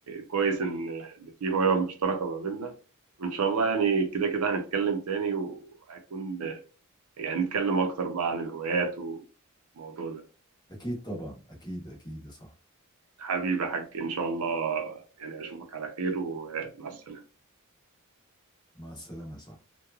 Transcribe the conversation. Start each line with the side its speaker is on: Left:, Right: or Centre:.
Right: كويس ان إن في هواية مشتركة ما بيننا وان شاء الله يعني كده كده هنتكلم تاني وهيكون يعني نتكلم اكتر بقى عن الهوايات والموضوع ده
Left: اكيد طبعا اكيد اكيد يا صاحبي
Right: حبيبي يا حاج ان شاء الله يعني اشوفك على خير ومع السلامة
Left: مع السلامة يا صاحبي